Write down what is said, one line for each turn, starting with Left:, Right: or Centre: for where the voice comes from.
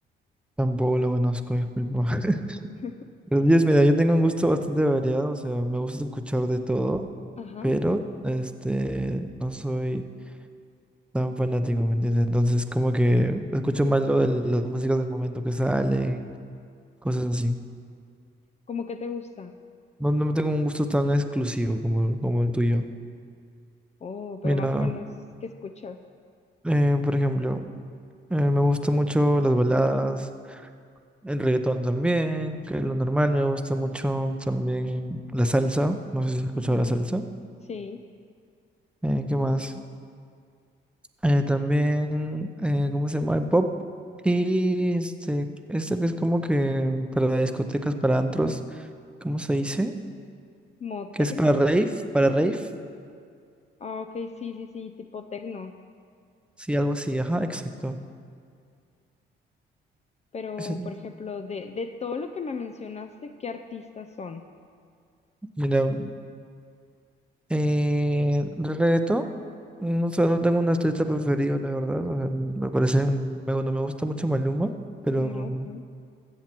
Centre: tampoco lo conozco, disculpa. <laughs>
Left: <laughs>
Centre: Pero Dios, mira, yo tengo un gusto bastante variado, o sea, me gusta escuchar de todo,
Left: Ajá,
Centre: pero este, no soy tan fanático, ¿me entiendes? Entonces, como que escucho más lo de las músicas del momento que salen, cosas así.
Left: ¿cómo que te gusta?
Centre: No, no tengo un gusto tan exclusivo como, como el tuyo.
Left: Oh, pero
Centre: Mira,
Left: más o menos, ¿qué escuchas?
Centre: eh, por ejemplo, eh, me gustan mucho las baladas, el reggaetón también, que es lo normal. Me gusta mucho también la salsa. No sé si has escuchado
Left: Ujú,
Centre: la salsa.
Left: Sí,
Centre: Eh, ¿qué más? Eh, también, eh, ¿cómo se llama? El pop. Y este, este que es como que para discotecas, para antros, ¿cómo se dice?
Left: como
Centre: Que
Left: tecno.
Centre: es para rave, para rave.
Left: Ah, ok, sí, sí, sí, tipo tecno.
Centre: Sí, algo así, ajá, exacto.
Left: Pero,
Centre: Ese-
Left: por ejemplo, de, de todo lo que me mencionaste, ¿qué artistas son?
Centre: Mira, Eh, reto, no sé, no tengo una artista preferida, la verdad. o sea, me parece, un- me, no me gusta mucho Maluma, pero
Left: Mm, ok.